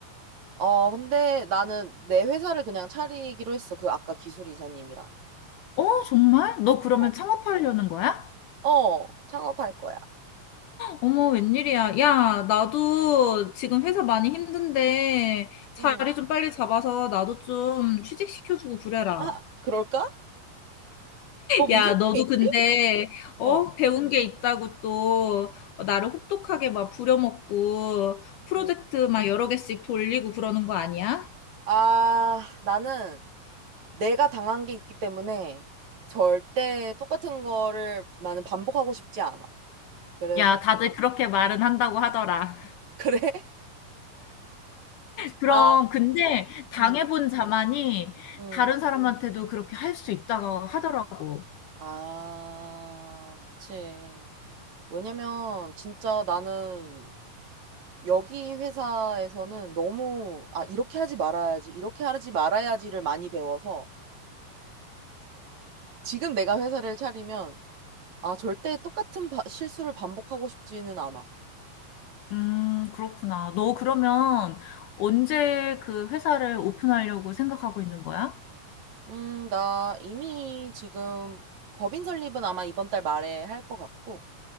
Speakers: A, on the right; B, on the left.
A: 어, 근데 나는 내 회사를 그냥 차리기로 했어. 그 아까 기술 이사님이랑.
B: 어, 정말? 너 그러면
A: 어,
B: 창업하려는 거야?
A: 어, 창업할 거야.
B: 어머, 웬일이야. 야, 나도 지금 회사 많이 힘든데 자리
A: 음.
B: 좀 빨리 잡아서 나도 좀 취직시켜주고 그래라.
A: 아, <laughs> 그럴까? 뭐 무슨
B: 야, 너도
A: 일이
B: 근데,
A: 있지?
B: 어,
A: 어.
B: 배운 게 있다고 또 나를 혹독하게 막 부려먹고 프로젝트
A: 음.
B: 막 여러 개씩 돌리고 그러는 거 아니야?
A: 아, 나는 내가 당한 게 있기 때문에 절대 똑같은 거를 나는 반복하고 싶지 않아. 그래서,
B: 야, 다들 그렇게 말은 한다고 하더라.
A: <laughs> 그래?
B: 그럼,
A: 아,
B: 근데 당해본
A: 음,
B: 자만이
A: 음.
B: 다른 사람한테도 그렇게 할 수 있다고 하더라고.
A: 아, 그치. 왜냐면 진짜 나는 여기 회사에서는 너무, 아, 이렇게 하지 말아야지, 이렇게 하지 말아야지를 많이 배워서 지금 내가 회사를 차리면, 아, 절대 똑같은 바- 실수를 반복하고 싶지는 않아.
B: 음, 그렇구나. 너 그러면 언제 그 회사를 오픈하려고 생각하고 있는 거야?
A: 음, 나 이미 지금 법인 설립은 아마 이번 달 말에 할 것 같고,